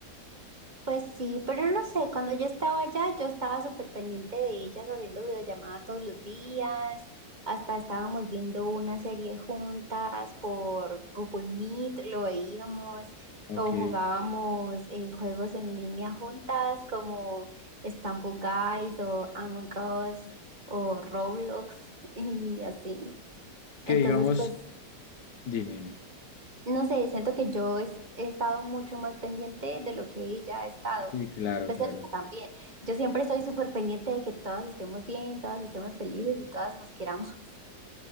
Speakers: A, on the right; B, on the left.
A: Pues sí, pero no sé, cuando yo estaba allá, yo estaba súper pendiente de ellas haciendo videollamada todos los días, hasta estábamos viendo una serie juntas por Google Meet, lo veíamos,
B: Ok.
A: o jugábamos eh, juegos en línea juntas como Stumble Guys o Among Us o Roblox <laughs> y así. Entonces,
B: Que digamos,
A: pues
B: dime, dime.
A: No sé, siento que yo es- he estado mucho más pendiente de lo que ella ha estado.
B: Sí, claro,
A: Y pues
B: claro.
A: Erika también. Yo siempre soy súper pendiente de que todas estemos bien, todas estemos felices y todas nos queramos.